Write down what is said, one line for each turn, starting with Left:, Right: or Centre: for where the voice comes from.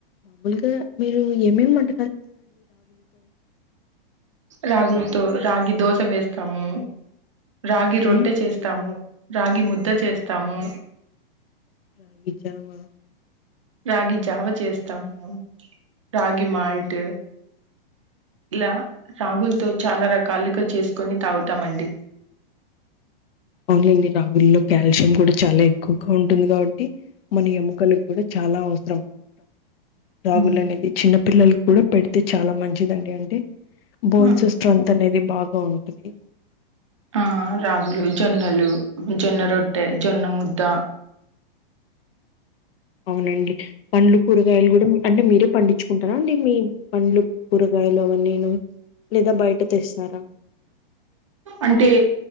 Left: మామూలుగా మీరు ఏమేమింట
Right: రాగులతో రాగి దోస వేస్తాము రాగి
Left: ఓకే
Right: రొట్టె చేస్తాము రాగి ముద్ద చేస్తాము
Left: రాగి జావా
Right: రాగి జావ చేస్తాము రాగి మాల్ట్ ఇలా రాగులతో చాలా రకాలుగా చేసుకొని తాగుతామండి
Left: అవునలేండి రాగుల్లో కాల్షియం కూడా చాలా ఎక్కువగా ఉంటుంది. కాబట్టి మన ఎముకలకి కూడా చాలా అవసరం. రాగులు
Right: హ్మ్.
Left: అనేవి చిన్న పిల్లలకి కూడా పెడితే చాలా మంచిదండి అంటే? బోన్స్
Right: ఆ
Left: స్ట్రెంత్ అనేది బాగా ఉంటుంది.
Right: ఆ రాగులు, జొన్నలు, జొన్న రొట్టె, జొన్న ముద్ద
Left: అవునండి పండ్లు కూరగాయలు కూడా అంటే మీరే పండించుకుంటారా అండి? మీ పండ్లు కూరగాయ లువ అన్నీను లేదా బయట తెస్తారా
Right: అంటే